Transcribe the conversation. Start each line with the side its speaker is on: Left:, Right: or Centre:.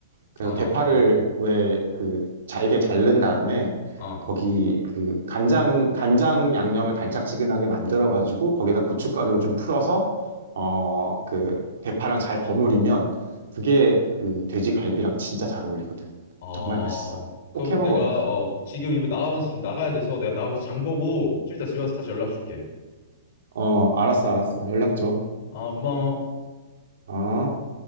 Right: 그래서
Left: 어,
Right: 대파를 왜 그 잘게 자른 다음에
Left: 어,
Right: 거기 그 간장 간장 양념을 달짝지근하게 만들어 가지고 거기다 고춧가루를 좀 풀어서 어 그 대파랑 잘 버무리면 그게 그 돼지갈비랑 진짜 잘 어울리거든.
Left: 어.
Right: 정말 맛있어.
Left: 그럼
Right: 꼭 해 먹어봐.
Left: 내가 어 지금 이거 나가면서 좀 나가야 돼서 내가 나가면서 장 보고 좀 이따 집에 와서 다시 연락 줄게.
Right: 어, 알았어, 알았어. 연락 줘.
Left: 아 고마워.
Right: 어.